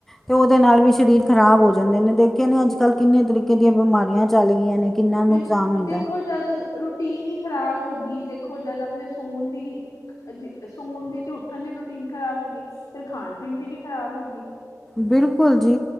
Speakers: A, in the centre; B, on the left.
A: ਤੇ ਉਹਦੇ ਨਾਲ ਵੀ ਸਰੀਰ ਖ਼ਰਾਬ ਹੋ ਜਾਂਦੇ ਨੇ ਦੇਖੇ ਨੇ ਅੱਜ ਕੱਲ੍ਹ ਕਿੰਨੇ ਤਰੀਕੇ ਦੀਆਂ ਬਿਮਾਰੀਆਂ ਚੱਲ ਗਈਆਂ ਨੇ ਕਿੰਨਾ ਨੁਕਸਾਨ
B: ਬਿਲਕੁਲ,
A: ਹੁੰਦਾ
B: ਦੇਖੋ ਜਦ ਰੂਟੀਨ ਹੀ ਖ਼ਰਾਬ ਹੋ ਗਈ, ਦੇਖੋ ਜਦ ਆਪਣੇ ਸੋਨ ਦੀ ਸੋਨ ਦੀ ਤੇ ਉੱਠਣ ਦੀ ਰੂਟੀਨ ਖਰਾਬ ਹੋ ਗਈ ਫਿਰ ਖਾਣ ਪੀਣ ਦੀ ਵੀ ਖਰਾਬ ਹੋ ਗਈ।
A: ਬਿਲਕੁਲ ਜੀ